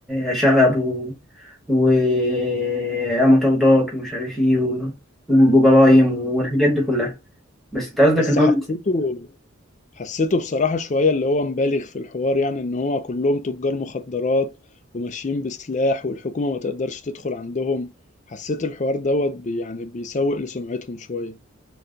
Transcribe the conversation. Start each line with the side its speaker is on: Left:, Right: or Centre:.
Centre: آه، شغب و ومطاردات ومش عارف ايه و- وجرايم والحاجات دي كلها بس انت قصدك
Left: بس
Centre: ان هو
Left: حسيته حسيته بصراحة شوية اللي هو مبالغ في الحوار يعني ان هو كلهم تجار مخدرات وماشيين بسلاح والحكومة ما تقدرش تدخل عندهم حسيت الحوار دوت بي- يعني بيسوق لسمعتهم شوية